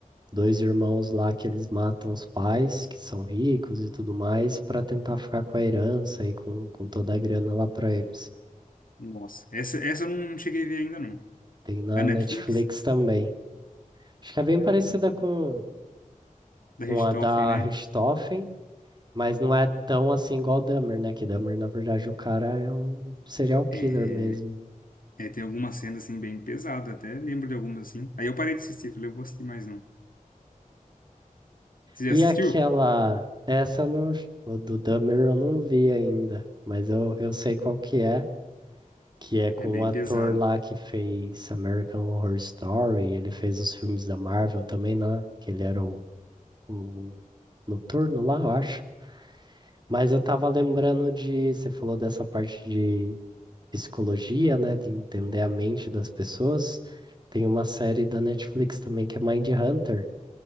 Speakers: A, on the right; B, on the left.
A: dois irmãos lá que eles matam os pais, que são ricos e tudo mais, para tentar ficar com a herança e com, com toda a grana lá para eles.
B: Nossa, essa, essa eu não cheguei a ver ainda, não.
A: Tem na
B: Na Netflix?
A: Netflix também. Acho que é bem
B: Ah,
A: parecida com,
B: da
A: com
B: Richthofen,
A: a da
B: né?
A: Richthofen, Mas não é tão assim igual o Dahmer, né? Que Dahmer, na verdade, o cara é um serial killer
B: É.
A: mesmo.
B: É, tem algumas cenas assim bem pesadas até lembro de algumas assim. Aí eu parei de assistir, falei, eu vou assistir mais não. Você já
A: E
B: assistiu?
A: aquela. Essa eu não. O do Dahmer eu não vi ainda. Mas eu, eu sei qual que é. Que é com
B: É bem
A: o ator
B: pesado.
A: lá que fez American Horror Story. Ele fez os filmes da Marvel também, né? Que ele era o, o noturno lá, eu acho. Mas eu tava lembrando de. Você falou dessa parte de psicologia, né, de entender a mente das pessoas. Tem uma série da Netflix também que é Mind Hunter,